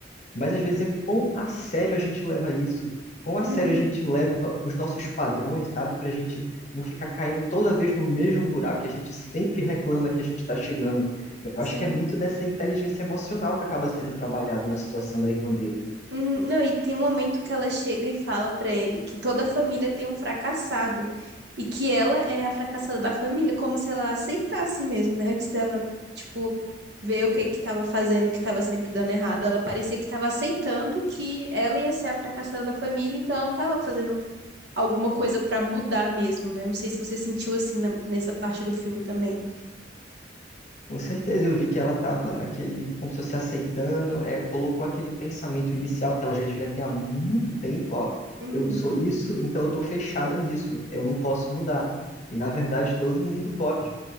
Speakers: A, on the left (about 40°); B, on the right (about 65°).
A: mas às vezes é quão a sério a gente leva isso, quão a
B: uhum.
A: sério a gente leva os nossos padrões, sabe, para a gente não ficar caindo toda vez no mesmo buraco que a gente sempre reclama que a gente está chegando.
B: Sim.
A: Eu acho que é muito dessa inteligência emocional que acaba sendo trabalhado na situação da irmã dele.
B: Uhum, Não, e tem um momento que ela chega e fala pra ele que toda a família tem um fracassado e que ela é a fracassada da família, como se ela aceitasse mesmo, né? Antes dela, tipo, ver o que que tava fazendo, o que tava sempre dando errado, ela parecia que tava aceitando que ela ia ser a fracassada da família, então ela não tava fazendo alguma coisa pra mudar mesmo, né? Não sei se você sentiu assim na- nessa parte do filme também.
A: Com certeza, eu vi que ela estava naquele, como se fosse aceitando, é, colocou aquele pensamento inicial que ela já devia ter há muito tempo, ó,
B: Uhum,
A: eu não sou isso, então eu estou fechada nisso, eu não posso mudar. E na verdade todo mundo pode.